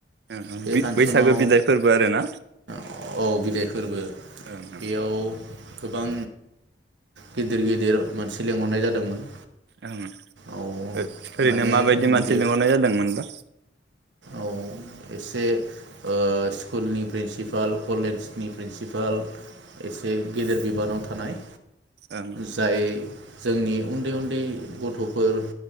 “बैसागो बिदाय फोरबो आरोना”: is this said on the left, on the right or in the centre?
Right